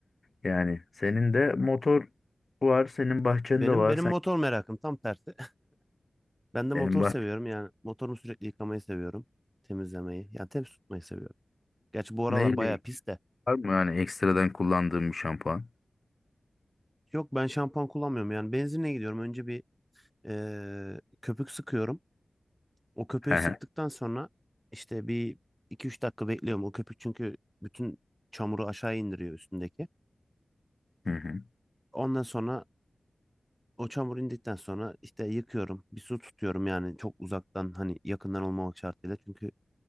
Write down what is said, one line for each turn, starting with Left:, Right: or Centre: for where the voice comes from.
Left: Yani senin de motor var, senin bahçende
Centre: Benim
Left: var.
Centre: benim
Left: Sen
Centre: motor merakım tam tersi. Ben de
Left: senin
Centre: motor
Left: bahçe
Centre: seviyorum yani motorumu sürekli yıkamayı seviyorum. Temizlemeyi. Yani temiz tutmayı seviyorum. Gerçi bu aralar
Left: neyle
Centre: bayağı
Left: ilgili?
Centre: pis de.
Left: Var mı yani ekstradan kullandığın bir şampuan?
Centre: Yok ben şampuan kullanmıyorum yani benzinle gidiyorum. Önce bir eee, köpük sıkıyorum. O köpüğü
Left: He he.
Centre: sıktıktan sonra işte bir iki üç dakika bekliyorum. O köpük çünkü bütün çamuru aşağı indiriyor üstündeki.
Left: Hı hı.
Centre: Ondan sonra o çamur indikten sonra işte yıkıyorum. Bir su tutuyorum yani çok uzaktan hani yakından olmamak şartıyla. Çünkü